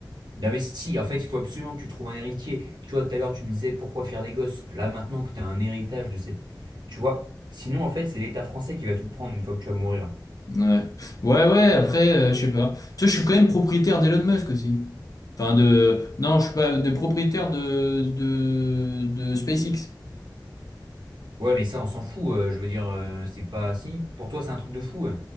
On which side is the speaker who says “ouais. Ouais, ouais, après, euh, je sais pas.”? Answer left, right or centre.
Left